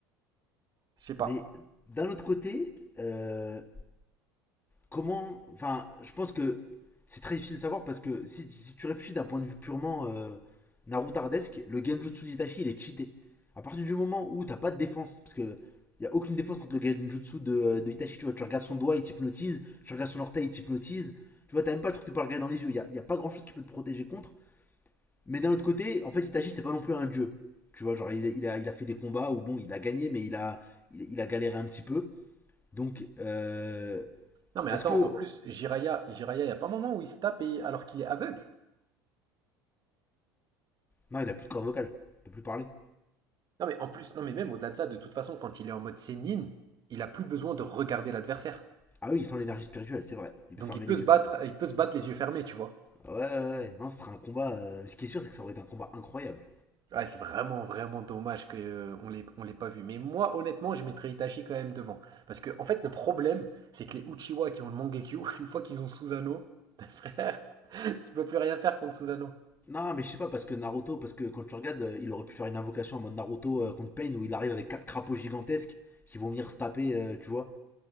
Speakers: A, on the right; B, on the left.
A: je sais pas.
B: Mais d'un autre côté, euh, comment. Enfin, je pense que c'est très difficile de savoir parce que si, si tu réfléchis d'un point de vue purement euh, narutardesque, le Genjutsu d'Itachi, il est cheaté. À partir du moment où t'as pas de défense, parce que y a aucune défense contre le Genjutsu de, euh, de Itachi, tu vois, tu regardes son doigt, il t'hypnotise, tu regardes son orteil, il t'hypnotise, tu vois, t'as même pas le truc de pas le regarder dans les yeux, il n'y a, y a pas grand chose qui peut te protéger contre. Mais d'un autre côté, en fait, Itachi, c'est pas non plus un dieu. Tu vois, genre, il, il a, il a fait des combats où, bon, il a gagné, mais il a, il, il a galéré un petit peu. Donc, euh,
A: Non mais
B: est-ce
A: attends,
B: que.
A: en plus, Jiraiya, Jiraiya il n'y a pas un moment où il se tape et- alors qu'il est aveugle.
B: Non, il a plus de corde vocale. Il peut plus parler.
A: Non mais en plus, non mais même au-delà de ça, de toute façon, quand il est en mode Sennin, il a plus besoin de regarder l'adversaire.
B: Ah oui, il sent l'énergie spirituelle, c'est vrai. Il
A: Donc
B: peut fermer
A: il peut
B: les
A: se
B: yeux.
A: battre, il peut se battre les yeux fermés, tu vois.
B: Ouais, ouais, ouais. Non, ce sera un combat. euh, Ce qui est sûr, c'est que ça aurait été un combat incroyable.
A: Ouais, c'est vraiment, vraiment dommage qu'on on l'ait on l'ait pas vu. Mais moi, honnêtement, je mettrais Itachi quand même devant. Parce que, en fait, le problème, c'est que les Uchiwa qui ont le Mangekyo, <laughs> une fois qu'ils ont Susanoo, frère, <laughs> tu peux plus rien faire contre Susanoo.
B: Non, mais je sais pas, parce que Naruto, parce que quand tu regardes, euh, il aurait pu faire une invocation en mode Naruto euh, contre Pain où il arrive avec quatre crapauds gigantesques qui vont venir se taper, euh, tu vois.